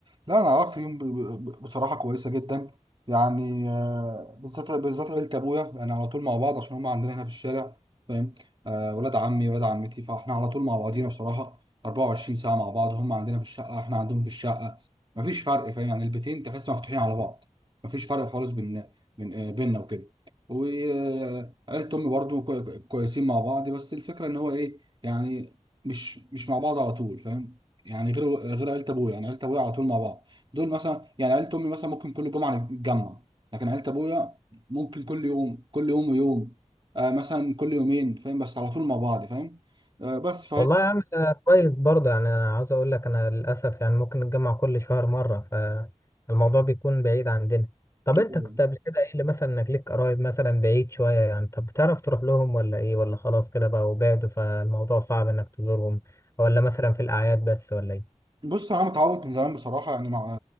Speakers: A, on the right; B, on the left.
A: لا انا علاقتي بيهم ب- ب- بصراحه كويسه جدا يعني آه، بالذات بالذات عيله ابويا يعني على طول مع بعض عشان هم عندنا هنا في الشارع فاهم آه، ولاد عمي ولاد عمتي فاحنا على طول مع بعضينا بصراحه 24 ساعه مع بعض هم عندنا في الشقه احنا عندهم في الشقه مفيش فرق فاهم يعني البيتين تحس مفتوحين على بعض مفيش فرق خالص بين بين آه، بيننا وكده وعيله امي برضو كوي- كويسين مع بعض بس الفكره ان هو ايه يعني مش مش مع بعض على طول فاهم يعني غير غير عيله ابويا يعني عيله ابويا على طول مع بعض دول مثلا يعني عيله امي مثلا ممكن كل جمعه نتجمع لكن عيله ابويا ممكن كل يوم كل يوم ويوم آه مثلا كل يومين فاهم بس على طول مع بعض فاهم آه بس
B: والله يا عم أنا كويس برضه يعني انا عاوز اقول لك انا للاسف يعني ممكن نتجمع كل شهر مره فالموضوع بيكون بعيد عندنا طب
A: فاهم
B: انت كنت قبل كده ايه اللي مثلا انك ليك قرايب مثلا بعيد شويه يعني طب بتعرف تروح لهم ولا ايه ولا خلاص كده بقى بعدوا فالموضوع صعب انك تزورهم ولا مثلا في الاعياد بس ولا ايه
A: بص انا متعود من زمان بصراحه يعني مع